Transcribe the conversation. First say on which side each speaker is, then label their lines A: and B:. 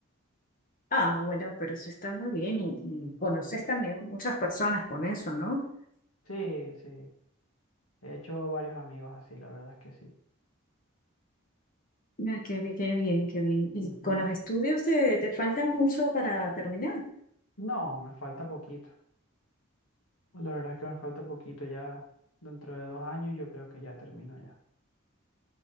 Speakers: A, on the left (about 40°); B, on the left (about 80°).
A: Ah, bueno, pero eso está muy bien y, y
B: Ujú.
A: conoces también muchas personas con eso, ¿no?
B: Sí, sí, he hecho varios amigos así, la verdad es que sí.
A: Ah, qué bien, qué bien, qué bien. ¿Y
B: Ujú.
A: con los estudios te, te falta mucho para terminar?
B: No, me falta poquito. La verdad es que me falta poquito ya. Dentro de dos años yo creo que ya termino ya.